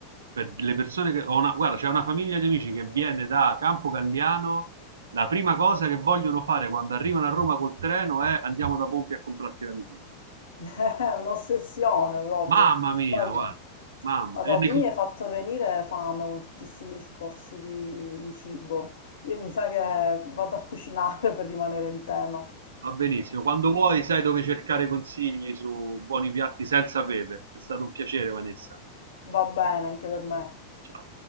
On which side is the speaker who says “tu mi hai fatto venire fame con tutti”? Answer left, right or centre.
Left